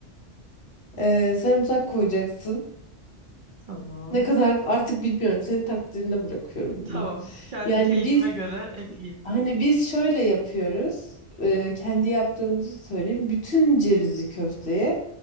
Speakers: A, on the left (about 65°); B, on the right (about 50°).
A: Ee, sarımsak koyacaksın.
B: Tamam.
A: Ne kadar artık bilmiyorum. Senin takdirine bırakıyorum bunu.
B: Tamam. Kendi
A: Yani
B: keyfime
A: biz
B: göre ekleyeyim.
A: hani biz şöyle yapıyoruz. e, kendi yaptığımızı söyleyeyim. Bütün cevizli köfteye